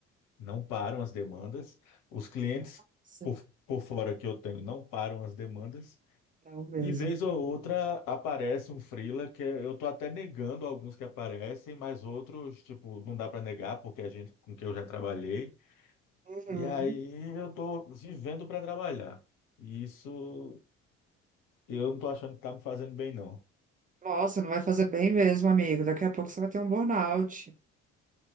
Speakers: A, on the left (about 55°); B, on the right (about 20°).
A: não param as demandas, os clientes
B: Nossa.
A: por, por fora que eu tenho não param as demandas,
B: Não mesmo.
A: e vez ou outra aparece um freela que é, eu tô até negando alguns que aparecem, mas outros, tipo, não dá para negar porque a gente com quem eu já trabalhei,
B: Uhum.
A: e aí eu tô vivendo para trabalhar. E isso eu não tô achando que tá me fazendo bem, não.
B: Nossa, não vai fazer bem mesmo, amigo. Daqui a pouco você vai ter um burnout.